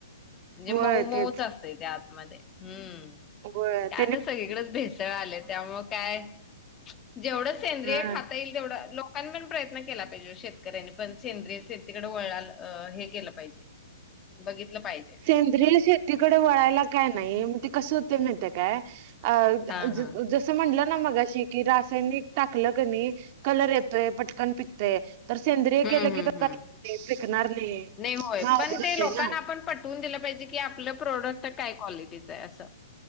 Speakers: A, on the left; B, on the right.
A: म्हणजे
B: होय
A: मऊ मऊच
B: तेच
A: असतय ते आतमध्ये हम्म..
B: गोव्यात.
A: काय आता सगळीकडेच भेसळ आले <inaudible> त्यामु काय. जेवढं सेंद्रिय
B: हा
A: खाता येईल तेवढं लोक पण पण प्रयत्न केला पाहिजे शेतकऱ्यांनी पण सेंद्रिय शेतीकडे वळाल हे केलं पाहिजे. बघितलं पाहिजे.
B: सेंद्रय शेतीकडे वळायला काय नाही मग ते कस होते महीती काय? अ <unintelligible>
A: हा हा
B: <inaudible> असं म्हटलं ना मगाशी की रासायनिक टाकलं क नाही कलर येतोय पटकन पिकतय. तर सेंद्रिय
A: हम्म
B: केलं
A: हम्म
B: की तर
A: हम्म
B: कध <inaudible> फिकणार नाही
A: होय
B: मग
A: पण
B: उघड
A: ते
B: होते
A: लोकांना
B: ना.
A: आपण पटवून दिलं पाहिजे की आपलं प्रोडक्ट काय क्वालिटीचं आहे असं.